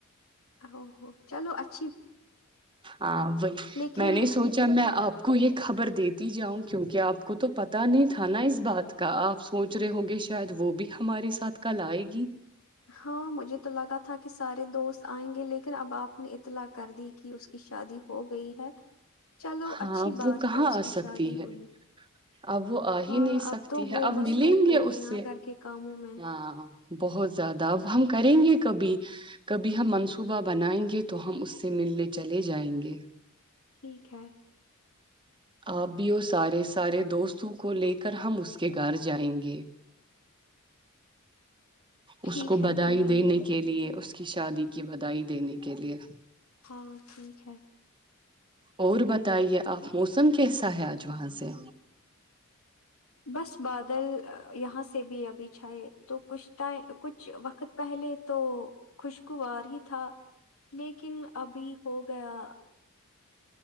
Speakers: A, on the left; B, on the right.
A: او چلو اچھا
B: ہاں وہی
A: لیکن
B: میں نے سوچا میں اب کو یہ خبر دےتی جاؤں کیوںکہ آپ کو تو پتا نہیں تھا نا اس بات کا آپ سوچ رہے ہوں گے شاید وہ بھی ہمارے ساتھ کل آئے گی
A: ہاں مجھے تو لگا تھا کہ سارے دوست آئیں گے لیکن اب آپ نے اطلاع کر دی کہ اس کی شادی ہو گئی ہے چلو
B: ہاں
A: اچھی
B: ا
A: بات
B: وہ کہاں
A: ہے اس کی
B: آ
A: شادی
B: سکتی ہے
A: ہوئی
B: اب وہ آ
A: ہاں
B: ہی نہیں
A: اب
B: سکتی
A: تو وہ
B: ہے اب
A: مصروف
B: ملیں
A: ہوگی
B: گے اس
A: نا
B: سے
A: گھر کے کاموں میں
B: ہاں بہت زیادہ اب ہم کریں گے کبھی کبھی ہم منصوبہ بنائیں گے تو ہم اس سے ملنے چلے جائیں گے
A: ٹھیک ہے
B: آپ بھی وہ سارے سارے دوستوں کو لے کر ہم اس کے گھر جائیں گے
A: ٹھیک
B: اس کو
A: ہے
B: بدھائی
A: پھر ہم
B: دینے
A: لوگ
B: کے لیے اس کی شادی کی بھائی دینے کے لیے
A: ہاں ٹھیک ہے
B: اور بتائیے آپ موسم کیسا ہے آج وہاں سے
A: بس بادل یہاں سے بھی ابھی چھ ہے تو کچھ کچھ وقت پہلے تو خوشگوار ہی تھا لیکن ابھی ہو گیا